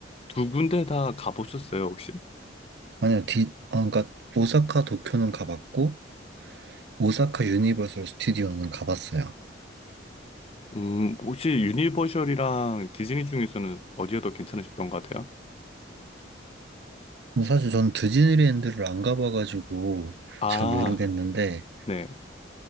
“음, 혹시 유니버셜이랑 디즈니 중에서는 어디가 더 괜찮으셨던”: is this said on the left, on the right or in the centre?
Left